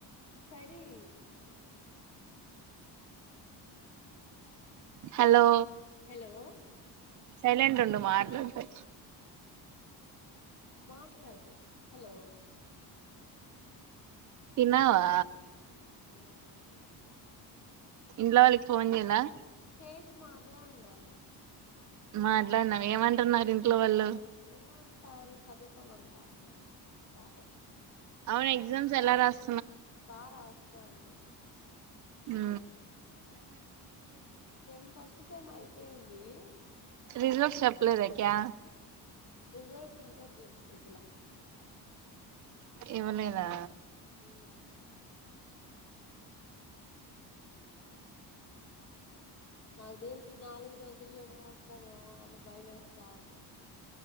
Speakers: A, on the left (about 40°); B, on the right (about 45°).
A: సడి సడి
B: హలో
A: హలో
B: సైలంట్ ఉండు మాట్లాడతే
A: మాట్లాడు హలో
B: తిన్నావా?
A: లేదు
B: ఇంలోవళికి పోవందలా
A: చేసి మాట్లాడిడాను
B: మాట్లాడునాం ఏమంటున్నారు ఇంట్లో వాళ్ళు
A: ఏవ ట్టారు చదువుకం వంటన్నారు బాగా
B: అవున్ ఎక్సామ్స్ ఎల్స్త
A: బార ఆసా అన్మా
B: హ
A: సేమ్ ఫస్ట్ సెమ్ అయిపోయింది పోయి
B: రిజల్ట్స్ చెప్లేద ఇంకా
A: రిజల్ట్స్ ఇంకా చెప్ ఇవలా
B: ఇవ్వ లేదా
A: ఆ నాకు తెలిసి ఈ నాలుగు రోజుల్లోనే వస్తదేమో అని భయమేస్తా అ